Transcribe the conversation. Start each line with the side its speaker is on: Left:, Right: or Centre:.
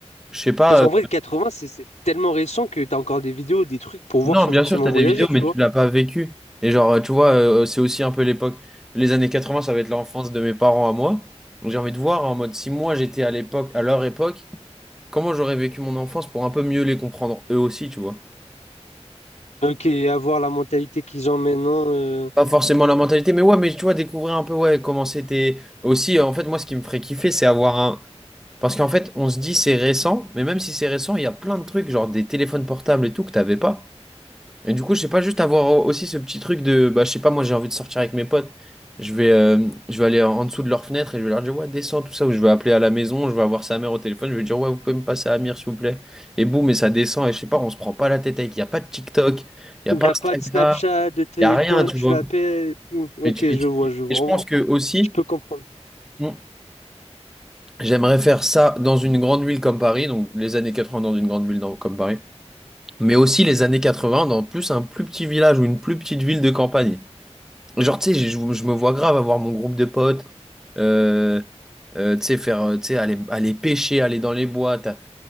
Centre: Je sais pas,
Left: Parce qu'en
Centre: euh,
Left: vrai, 80, c'est c'est tellement récent que tu as encore des vidéos, des trucs pour voir
Centre: non,
Left: sans
Centre: bien
Left: forcément
Centre: sûr, tu as
Left: voyager,
Centre: des vidéos,
Left: tu
Centre: mais
Left: vois.
Centre: tu l'as pas vécu. Et genre, euh, tu vois, euh, c'est aussi un peu l'époque. Les années 80, ça va être l'enfance de mes parents à moi. Donc, J'ai envie de voir en mode si moi j'étais à l'époque, à leur époque, comment j'aurais vécu mon enfance pour un peu mieux les comprendre eux aussi, tu vois.
Left: Ok, avoir la mentalité qu'ils ont maintenant. euh,
Centre: Pas forcément la mentalité, mais ouais, mais tu vois, découvrir un peu, ouais, comment c'était. Aussi, euh, en fait, moi, ce qui me ferait kiffer, c'est avoir un. Parce qu'en fait, on se dit c'est récent, mais même si c'est récent, il y a plein de trucs, genre des téléphones portables et tout, que t'avais pas. Et du coup, je sais pas, juste avoir au- aussi ce petit truc de, bah, je sais pas, moi, j'ai envie de sortir avec mes potes. Je vais, euh, je vais aller en en dessous de leur fenêtre et je vais leur dire, ouais, descends, tout ça, ou je vais appeler à la maison, je vais avoir sa mère au téléphone, je vais dire, ouais, vous pouvez me passer à Amir, s'il vous plaît. Et boum, et ça descend, et je sais pas, on se prend pas la tête avec, il y a pas de TikTok, il y
Left: Il
Centre: a pas
Left: n'y a
Centre: Instagram,
Left: pas de Snapchat, de téléphone,
Centre: il y a rien, tu
Left: tu
Centre: vois.
Left: l'appelles et tout. Ok,
Centre: Et, tu-
Left: je
Centre: et tu-
Left: vois, je vois.
Centre: et je
Left: En-
Centre: pense que aussi,
Left: Je peux comprendre.
Centre: Mm. j'aimerais faire ça dans une grande ville comme Paris, donc les années 80 dans une grande ville dans- comme Paris, mais aussi les années 80 dans plus un plus petit village ou une plus petite ville de campagne. Genre, tu sais, je, je me vois grave avoir mon groupe de potes, euh, euh, tu sais, faire, euh, tu sais, aller, aller pêcher, aller dans les bois, t'as